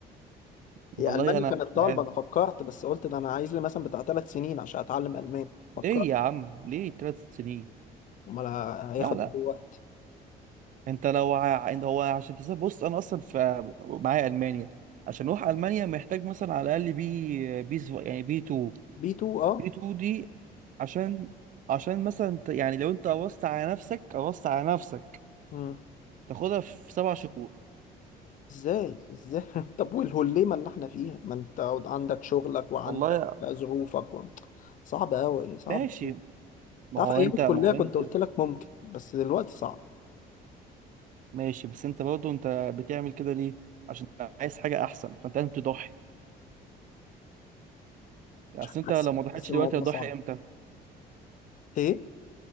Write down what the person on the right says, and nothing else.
والله
أنا
مش
عارف
ليه يا عم ليه ثلاث سنين
لا لا
انت لو ع... انت هو عشان تسافر بص انا اصلا في معايا المانيا عشان اروح المانيا محتاج مثلا على الاقل بي بي سو- يعني بي 2
بي 2 دي عشان عشان مثلا ت- يعني لو انت قوصت على نفسك قوصت على نفسك
تاخدها في سبع شهور
والله
ماشي
ما
هو
انت
ما هو
انت
ماشي بس انت برضه انت بتعمل كده ليه عشان عايز حاجه احسن فانت لازم تضحي يعني
اصل
انت لو ما ضحيتش
دلوقتي هتضحي
امتى